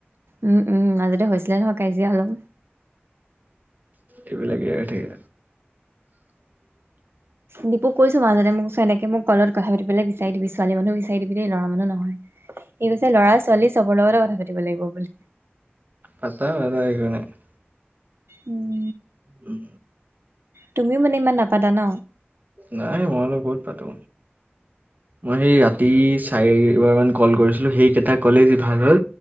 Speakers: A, on the right; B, on the right.
A: উম উম মাজতে হৈছিলে নহয় কাজিয়া অলপ।
B: এইবিলাকে হৈ থাকে। <inaudible>
A: দীপু কৈছো মাজতে মোক চ এনেকে মোক কলোত কথা পাতিবলে বিচাৰি দিবি ছোৱালী মানুহ বিচাৰি দিবি দেই ল'ৰা মানুহ নহয়। সি কৈছে ল'ৰা ছোৱালী চবৰ লগতে কথা পাতিব লাগিব বুলি।
B: পাতা বাৰু একো নাই।
A: উম।
B: উম।
A: তুমিও মানে ইমান নাপাতা ন?
B: নাই মই অলপ বহুত পাতো। মই সেই ৰাতি চাৰিবাৰমান কল কৰিছিলোঁ সেইকেইটা ক'লেই যি ভাল হ'ল